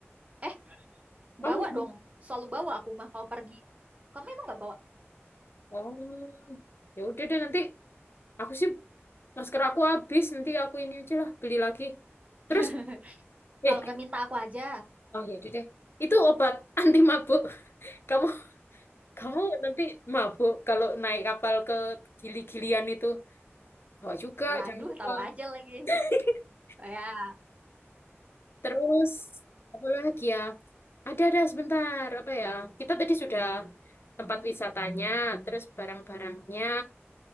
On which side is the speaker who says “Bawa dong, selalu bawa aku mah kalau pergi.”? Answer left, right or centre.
Right